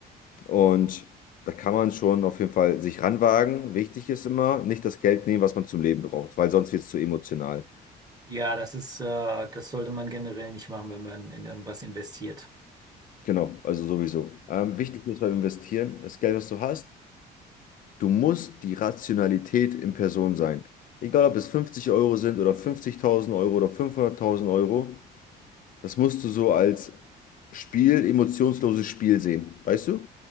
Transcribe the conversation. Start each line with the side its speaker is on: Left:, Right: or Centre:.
Left: Und da kann man schon auf jeden Fall sich ranwagen. Wichtig ist immer, nicht das Geld nehmen, was man zum Leben braucht, weil sonst wird es zu emotional.
Right: Ja, das ist, äh, das sollte man generell nicht machen, wenn man in irgendwas investiert.
Left: Genau, also sowieso. Ähm, wichtig ist beim Investieren, das Geld, was du hast, Du musst die Rationalität in Person sein. Egal, ob es 50 Euro sind oder 50.000 Euro oder 500.000 Euro, das musst du so als Spiel, emotionsloses Spiel sehen. Weißt du?